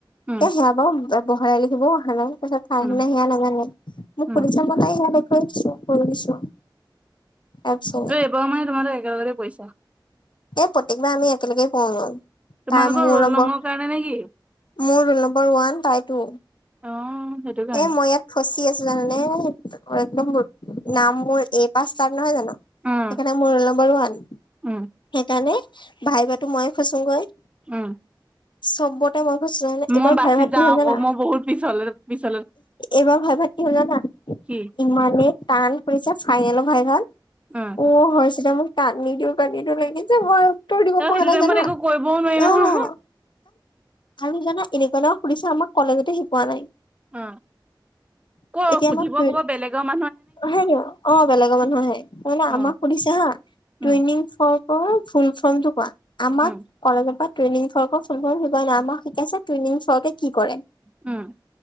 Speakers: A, on the right (about 15°); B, on the left (about 70°).
A: উম
B: এ সেয়া বাৰু বহাই লিখিবও অহা নাই, তাই
A: উম
B: মানে সেয়া নাজানে মোক
A: উম
B: সুধিছে মই তাইক সেয়া দেখুৱাই দিছো, কৰি দিছো। তাৰপিছত
A: এইবাৰু মানে তোমালোক একলগতে পইছা?
B: এই প্ৰত্যেক বাৰে আমি একেলগে পও <unintelligible>
A: তোমালোকৰ
B: তাই মোৰ
A: ৰোল
B: নম্বৰ,
A: ৰঙৰ কাৰণে নে কি
B: মোৰ ৰোল নম্বৰ ওৱান, তাই টু।
A: অ কাৰণে
B: এ মই ইয়াত ফচি আছোঁ জানানে, একদম নাম মোৰ এ পা ষ্টাৰ্ট নহয় জানো। সেইকাৰণে
A: উম
B: মোৰ ৰোল নম্বৰ ওৱান,
A: উম
B: সেইকাৰণে ভাই ভা'তো মইে ফচোংগৈ।
A: উম।
B: চবতে মই ফছো জানা,
A: মই
B: এইবাৰ
A: বাচি
B: ভাই ভাত
A: যাওঁ
B: কি হল
A: আকৌ
B: জানা?
A: মই বহুত পিছলে পিছ
B: এইবাৰ ভাই ভাত কি হল জানা?
A: কি
B: ইমানে টান কৰিছে ফাইনেলৰ ভাই ভাত।
A: উম।
B: অ হৈছেলে মোৰ টান, ন্দি দিওঁ কান্দি দিওঁ লাগিছে ভয়। উত্তৰ দিব
A: ত সেইটো
B: পৰা নাই
A: টাইমত
B: জানা?
A: একো কৰিবও নোৱাৰি নহয়
B: অহ। আৰু জানা এনেকুৱা ন, সুধিছে আমাক কলেজতে শিকোৱা নাই।
A: অ ক'
B: এতিয়া
A: সুধিব
B: আমাক
A: ক'ব বেলেগৰ ম
B: আহে নি, অ বেলেগৰ মানুহ আহে। তাৰ মানে
A: অ
B: আমাক সুধিছে হা
A: উম
B: টেইং ফৰ্ম অ ফুল ফৰ্মটো কোৱা? আমাক
A: উম
B: কলেজৰ পৰা ট্ৰোইনিং ফ্ৰৰকৰ ফোল ফ্ৰম শিকাই নাই, আমাক শিকাইছে ট্ৰেইং ফ্ৰকে কি কৰে?
A: উম।